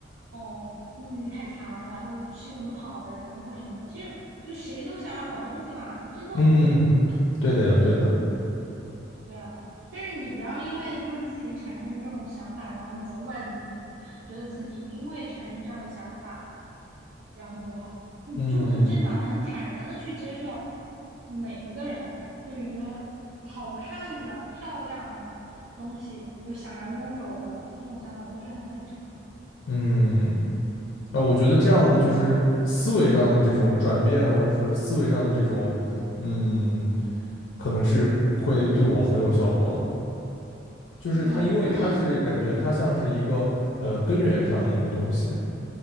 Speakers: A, on the right (about 65°); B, on the left (about 80°).
A: 哦，物欲太强，然后是一个不好的人或什么的。其实就谁都想要好东西嘛，这都很正常的。
B: 嗯嗯，对的呀，对的。
A: 对啊，但是你不要因为就是自己产生这种想法，然后责怪自己，觉得自己因为产生这样的想法然后不好，嗯，
B: 嗯
A: 就很正常，很坦然的去接受每一个人对于好看的、漂亮的东西有想要拥有的这种想法都是很正常的。
B: 嗯，啊，我觉得这样的就是思维上的这种转变，或者说是思维上的这种，嗯，可能是会对我很有效果了。就是它，
A: 嗯，
B: 因为它是感觉它像是一个呃根源上的一个东西，
A: 可以，